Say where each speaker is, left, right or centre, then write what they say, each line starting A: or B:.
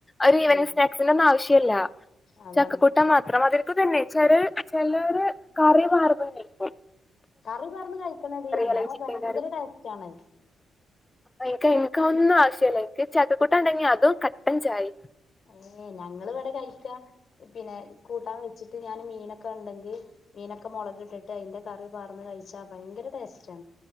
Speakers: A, on the left; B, on the left.
A: ഒരു ഈവനിംഗ്
B: ഉം
A: സ്നാക്സിന്റെ ഒന്നും ആവശ്യല്ലാ
B: അതാണ്
A: ചക്കക്കൂട്ടാൻ മാത്രം മതി അത് തന്നെ ചെലര് ചെലര് കറി പാർന്നും കയിക്കും.
B: കറി പാർന്ന് കയ്‌ക്കെണെടി എന്നാല്
A: അല്ലെങ്കിൽ ചിക്കൻ
B: ഭയങ്കര ടേസ്റ്റാണ്.
A: ആഹ് ഇൻക്ക് ഇൻക്കതൊന്നും ആവശ്യല്ലാ ഇൻക്ക് ചക്കക്കൂട്ടാൻ ഇണ്ടെങ്കി അതും കട്ടൻ ചായയും
B: ഏഹ്, ഞങ്ങളിവിടെ കഴിക്കാ പിന്നെ കൂട്ടാൻ വെച്ചിട്ട് ഞാന് മീനൊക്കെ ഇണ്ടെങ്കി മീനൊക്കെ മൊളക് ഇട്ടിട്ട് അതിന്റെ കറി പാർന്ന് കഴിച്ചാ ഭയങ്കര ടേസ്റ്റാ